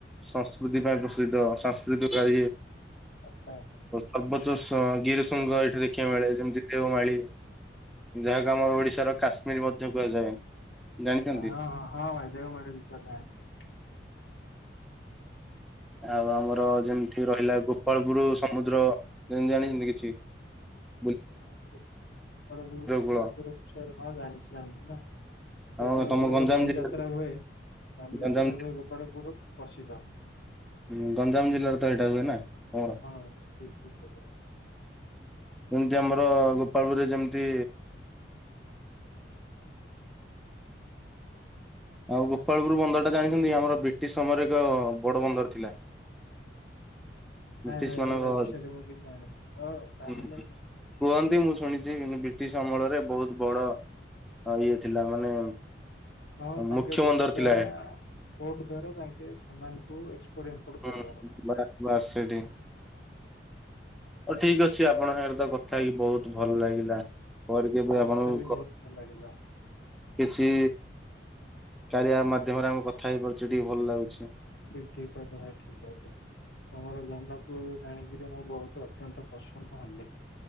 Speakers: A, in the centre; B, on the left.
A: ସଂସ୍କୃତି ପାଇଁ ପ୍ରସିଦ୍ଧ। ସାଂସ୍କୃତିକ
B: ଆଚ୍ଛା!
A: ପର୍ବତ ସ ଗିରିଶୃଙ୍ଗ ଏଠି ଦେଖିବା କୁ ମିଳେ। ଯେମ୍ତି ଦେଓମାଳୀ, ଯାହାକୁ ଆମ ଓଡ଼ିଶାର କାଶ୍ମୀର ମଧ୍ୟ କୁହାଯାଏ। ଜାଣିଛନ୍ତି
B: ଆଚ୍ଛା। ହଁ ହଁ ହଁ! ଭାଇ ଦେଓମାଳୀ ବିଷୟରେ ଜାଣିଚି।
A: ଆଉ ଆମର ଯେମ୍ତି ରହିଲା ଗୋପାଳପୁରୁ ସମୁଦ୍ର। ଯେ--ଜାଣିଛନ୍ତି କିଛି? ହ
B: <inaudible> ଗୋପାଳପୁର୍
A: କୂଳ ଆମ ତମ
B: ରେ
A: ଗଞ୍ଜାମ
B: ତ ବାଲିଯାତ୍ରା
A: ଜିଲ୍ଲା
B: ହୁଏ। ବାଲିଯାତ୍ରା
A: ଗଞ୍ଜାମ
B: ହୁଏ, ଗୋପାଳପୁରୁ ପ୍ରସିଦ୍ଧ।
A: ହୁଁ! ଗଞ୍ଜାମ ଜିଲ୍ଲାରେ ତ ଏଇଟା ହୁଏ ନା? ତମର
B: ହଁ! ଠିକ୍ ଠିକ୍ କହିଲ ଭାଇ।
A: ଯେମ୍ତି ଆମର, ଗୋପାଳପୁର୍ ରେ ଯେମ୍ତି ଆଉ ଗୋପାଳପୁରୁ ବନ୍ଦର ଟା ଜାଣିଛନ୍ତି? ଆମର ବ୍ରିଟିଶ୍ ସମୟରେ ଏକ ବଡ଼ ବନ୍ଦର୍ ଥିଲା। <inaudible> ବ୍ରିଟିଶ୍
B: ନାଇଁ ଭାଇ
A: ମାନଙ୍କ----କୁଅନ୍ତି
B: ଏଇଟା ବିଷୟରେ ମୁଁ କିଛି ଜାଣିନି ତ ତାହେଲେ
A: ମୁଁ ଶୁଣିଚି ବ୍ରିଟିଶ୍ ଅମଳରେ ବହୁତ୍ ବଡ ଇଏ ଥିଲା। ମାନେ
B: ହଁ! ତାଙ୍କେ
A: ମୁଖ୍ୟ
B: ଭୋଟ୍
A: ବନ୍ଦର
B: ଦ୍ଵାରା
A: ଥିଲା।
B: ପୋଟ୍ ଦ୍ଵାରା ତାଙ୍କେ ସାମ୍ମା <inaudible>
A: ହୁଁ ବାସ୍ ବାସ୍ ସେଇଠି ହଉ ଠିକ୍ ଅଛି, ଆପଣ ହେଆଡେ ତ କଥା ହେଇକି ବହୁତ୍ ଭଲ୍ ଲାଗିଲା। ପରେ କେବେ
B: ଭାଇ
A: ଆପଣଙ୍କୁ
B: ମତେ ବି ବହୁତ ଭଲ ଲାଗିଲା
A: କିଛି କାରିଆ ମାଧ୍ୟମରେ ଆମେ କଥା ହେଇପାରୁଚେ, ଟିକେ ଭଲ୍ ଲାଗୁଛି।
B: ଠିକ୍ ଠିକ୍ କହିଲ ଭାଇ ଠିକ୍ କହିଲେ। ତମର ଜ୍ଞାନ କୁ ଜାଣିକିରି, ମୁଁ ବହୁତୁ ଅତ୍ୟନ୍ତ ପ୍ରସନ୍ନ ହେଲି।